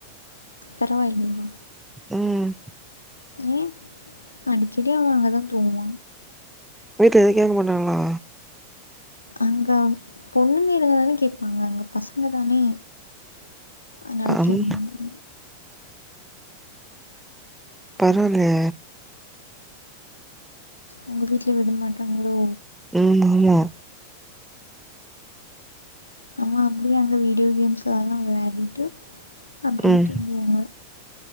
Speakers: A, on the left; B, in the centre.
A: பரவாயில்லையா
B: ம்
A: ஏ அடிக்கடி அவே அங்கதா தூங்குவா
B: வீட்ல எது கேட்க மாட்டங்களா?
A: அங்க பொண்ணுங்கேருந்தா தானே கேட்பாங்க. அங்க பசங்க தானே? அதனால
B: அம்
A: கேக்க மாட்டங்க
B: பரவால்யே,
A: உங்க வீட்ல, விட மாட்டாங்களோ?
B: ம் ஆமா.
A: அவ அப்டியே அங்க வீடியோ கேம்ஸெல்லா வெளையாடிட்டு, அப்டியே
B: ம்
A: தூங்குவாங்க.